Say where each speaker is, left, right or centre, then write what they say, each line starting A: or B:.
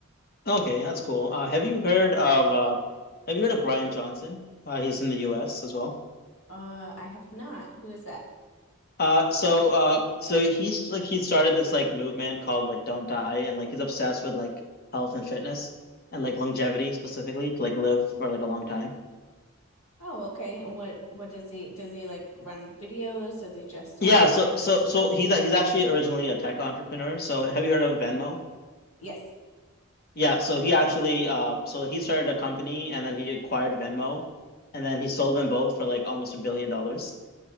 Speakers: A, on the left (about 45°); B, on the left (about 75°).
A: Okay, that's cool. Uh, have you heard of uh, have you heard of Brian Johnson? Uh, he's in the U.S. as well.
B: Uh, I have not. Who is that?
A: Uh, so uh, so he's like he started this like movement called like Don't Die, and like he's obsessed with like health and fitness and like longevity specifically to like live for like a long time.
B: Oh, okay. And what what does he does he like run videos? Does he just
A: Yeah,
B: uh
A: so so so he's he's actually originally a tech entrepreneur. So have you heard of Venmo?
B: yes.
A: Yeah, so he actually uh so he started a company and then he acquired Venmo and then he sold them both for like almost a billion dollars.